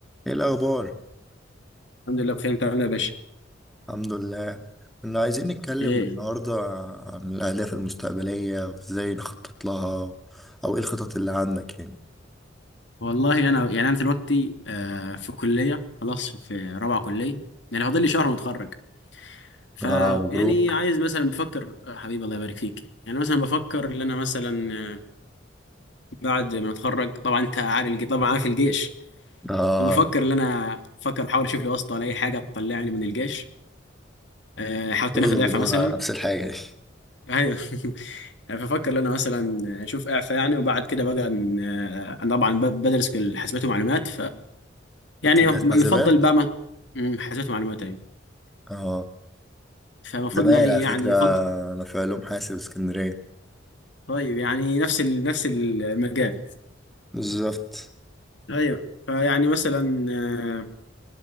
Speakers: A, in the centre; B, on the left.
A: ايه الاخبار
B: الحمد لله بخير انت عامل ايه يا باشا
A: الحمد لله كنا عايزين نتكلم
B: ايه
A: النهارده عن الاهداف المستقبليه وازاي نخطط لها او ايه الخطط اللي عندك يعني
B: والله انا يعني انا دلوقتي آه في كليه خلاص في رابعه كليه يعني فاضل لي شهر واتخرج فيعني
A: اه مبروك
B: عايز مثلا بفكر آه، حبيبي الله يبارك فيك يعني مثلا بفكر ان انا مثلا آه، بعد ما اتخرج طبعا انت عارف الجي... طبعا عارف الجيش
A: اه
B: فبفكر ان انا بفكر احاول اشوف لي واسطه ولا اي حاجه تطلعني من الجيش آه، حاولت
A: كله
B: ناخد اعفاء
A: بيدور
B: مثلا
A: على نفس الحاجه دي
B: ايوه <laughs> ففكر ان انا مثلا اشوف اعفاء يعني وبعد كده بقى ن- آه، انا طبعا ب- بدرس كل حاسبات ومعلومات يعني
A: كنت داس
B: يفضل
A: حاسبات
B: بقى ما مم، حاسبات معلومات ايوه
A: اه
B: فالمفروض
A: زمايل
B: يعني
A: على
B: يعني
A: فكره
B: يفضل
A: انا في علوم حاسب اسكندريه
B: طيب يعني نفس ال... نفس المجال
A: بالظبط
B: ايوه فيعني مثلا آه،